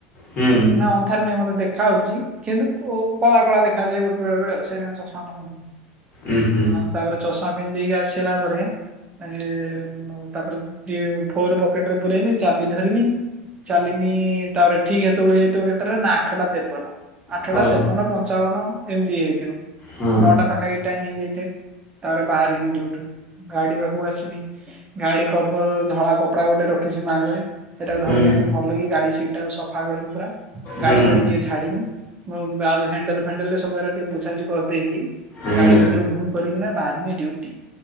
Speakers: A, on the left; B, on the right.
A: ହୁଁ
B: ନା ଅନ୍ଧାର ନେଇଁ ମତେ ଦେଖା ହାଉଛି କିନ୍ତୁ ଓ କଳା କଳା ଦେଖାଯାଏ ଗୋଟ ବେଳେବେଳେ ଆଉ, ସେଥପାଇଁ ଚଷମା ହଁ
A: ଉଁ ହୁଁ
B: ତାପରେ ଚଷମା ପିନ୍ଧିକି ଆସିଲା ପରେ ଏଇ ଉଁ ତାପରେ ଫୋନ ପକେଟରେ ପରେଇମି ଚାବି ଧରିମି ଚାଲିନି ତାପରେ ଠିକ ସେତେବେଳକୁ ହେଇଥିବ କେତେଟା ନା ଆଠଟା ତେପନ। ଆଠଟା
A: ହଁ
B: ତେପନ, ପଞ୍ଚାବନ ଏମତି ହେଇଥିବ।
A: ହୁଁ
B: ନଅଟା ପାଖା ପାଖି ଟାଇମ ହେଇ ଯାଇଥାଏ ତାପରେ ବାହାରିମି ଡ୍ୟୁଟିରୁ। ଗାଡି ପାଖକୁ ଆସିମି ଗାଡି କଭର ଧଳା କପଡା ଗୋଟେ ରଖିଛି ମୋ ଆଗରେ ସେଟାକୁ ଧ
A: ହୁଁ
B: ରିକି ଆଗ ଭଲ କି ଗାଡି ସିଟ୍ ଟା ସଫା କରିବି ପୁରା ଗାଡି
A: ହୁଁ
B: ଫାଡି ଟିକେ ଝାଡିମି। ଆଉ ଆଉ ହେଣ୍ଡଲ ଫେଣ୍ଡଲ ସବୁ ହେରା ଟିକେ ପୋଛା ପୋଛି କରିଦେଇକି
A: ହୁଁ
B: ଗାଡି ଘୁଟରୁ ଘୁଁ କରିକିନା ବାହାରିନି ଡ୍ୟୁଟି।